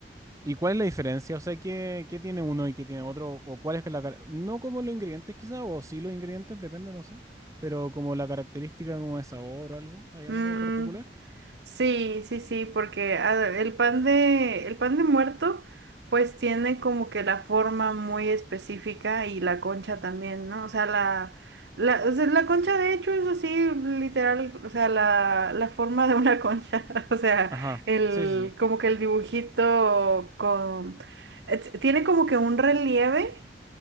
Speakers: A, on the right; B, on the right.
A: ¿Y cuál es la diferencia? O sea, ¿qué, qué tiene uno y qué tiene otro? ¿O cuál es que la... cara- No como los ingredientes quizá, o sí los ingredientes, depende, no sé. Pero como la característica como de sabor o algo. ¿Hay algo
B: Mm,
A: particular?
B: Sí, sí, sí, porque ah, el pan de, el pan de muerto, pues tiene como que la forma muy específica y la concha también, ¿no? O sea, la, la, o sea, la concha de hecho es así, literal, o sea, la, la forma de una concha, <laughs> o sea,
A: Ajá.
B: el,
A: Sí, sí, sí.
B: como que el dibujito con, eh, tiene como que un relieve